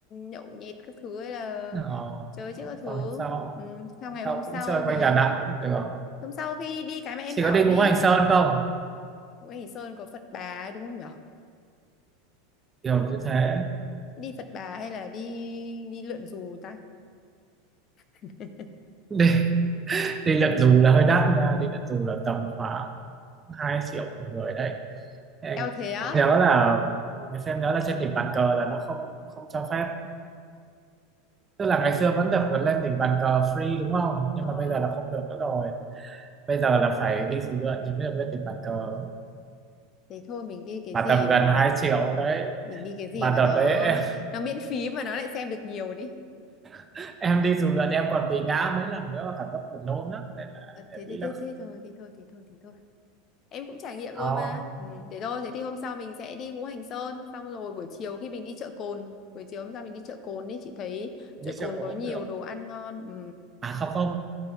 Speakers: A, on the left; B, on the right.
A: nhậu nhẹt các thứ hay là
B: ờ,
A: chơi chứ các thứ.
B: còn hôm sau
A: Ừ, sau
B: hôm
A: ngày
B: sau
A: hôm sau
B: cũng chơi quanh
A: thì
B: Đà Nẵng cũng được
A: hôm sau khi đi cái mà em
B: chỉ
A: bảo
B: có đi Ngũ
A: đi,
B: Hành Sơn không
A: Ngũ Hành Sơn có Phật Bà đúng không nhở?
B: kiểu như thế
A: đi Phật Bà hay là đi đi lượn dù ta <laughs>
B: đi <laughs> đi lượn dù là hơi đắt nha đi lượn dù là tầm khoảng 2 triệu một người đấy Em
A: eo thế á
B: nhớ là em xem nhớ là trên đỉnh bàn cờ là nó không không cho phép tức là ngày xưa vẫn được lên đỉnh bàn cờ free đúng không nhưng
A: ờ
B: mà bây giờ là không được nữa rồi bây giờ là phải đi dù lượn thì mới được lên đỉnh bàn cờ
A: thế thôi mình đi cái
B: mà
A: gì
B: tầm gần
A: mà
B: 2 triệu đấy
A: mình đi cái gì
B: mà
A: mà
B: đợt
A: nó
B: đấy em,
A: nó miễn phí mà nó lại xem được nhiều đi
B: <laughs> em đi dù lượn em còn bị ngã mấy lần nữa và cảm giác buồn nôn lắm nên là
A: ờ,
B: em
A: thế, thế
B: nghĩ là
A: thế thế thôi thế thôi thế thôi thế thôi em cũng trải nghiệm
B: oh,
A: rồi mà ừ, thế thôi thế thì hôm sau mình sẽ đi Ngũ Hành Sơn xong rồi buổi chiều khi mình đi chợ Cồn buổi chiều hôm sau mình đi chợ Cồn ấy chị thấy
B: đi
A: chợ Cồn
B: trèo cầu
A: có nhiều
B: cũng được
A: đồ ăn ngon ừ.
B: à không không